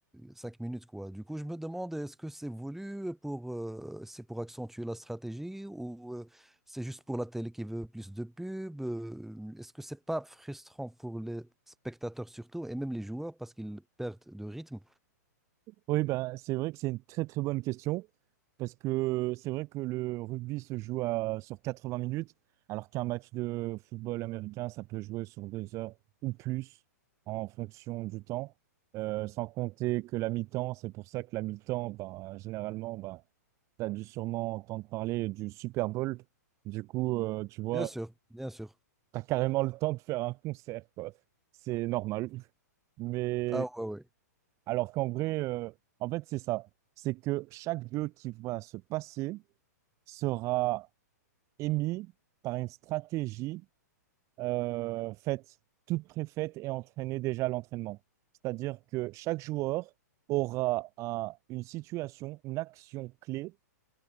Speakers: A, in the centre; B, on the right (about 30°).
A: cinq minutes, quoi. Du coup, je me demande, est-ce que c'est voulu pour, euh, c'est pour accentuer la stratégie ou euh, c'est juste pour la télé qui veut plus de pubs? euh, est-ce que c'est pas frustrant pour les spectateurs surtout et même les joueurs parce qu'ils perdent de rythme?
B: Oui, bah, c'est vrai que c'est une très très bonne question parce que c'est vrai que le rugby se joue à, sur 80 minutes alors qu'un match de football américain, ça peut jouer sur deux heures ou plus en fonction du temps, Euh, sans compter que la mi-temps, c'est pour ça que la mi-temps, bah, généralement, bah, tu as dû sûrement entendre parler du Super Bowl. Du coup, euh, tu vois,
A: Bien sûr, bien sûr.
B: tu as carrément le temps de faire un concert, quoi. C'est normal. Mais
A: Ah ouais, ouais.
B: alors qu'en vrai, euh, en fait, c'est ça. C'est que chaque jeu qui va se passer sera émis par une stratégie euh, faite, toute préfaite et entraînée déjà à l'entraînement. C'est-à-dire que chaque joueur aura un- une situation, une action clé